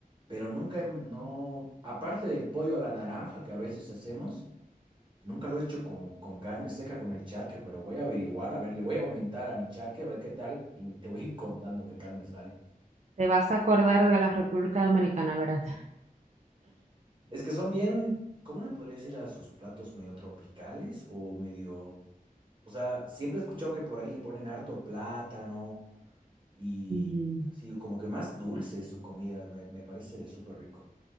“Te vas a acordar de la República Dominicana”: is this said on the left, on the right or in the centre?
Right